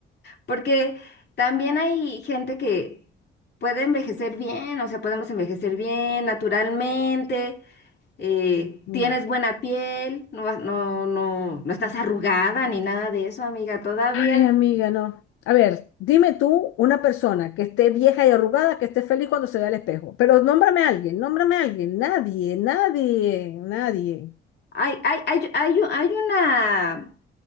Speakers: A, on the left (about 60°); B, on the left (about 80°).
A: Porque también hay gente que puede envejecer bien, o sea, podemos envejecer bien naturalmente, eh,
B: No.
A: tienes buena piel, no, vas- no, no, no estás arrugada ni nada de eso, amiga, todavía.
B: Ay, amiga, no. A ver, dime tú una persona que esté vieja y arrugada, que esté feliz cuando se vea al espejo. Pero nómbrame a alguien, nómbrame a alguien. Nadie, nadie, nadie.
A: Hay, hay, hay, hay, hay una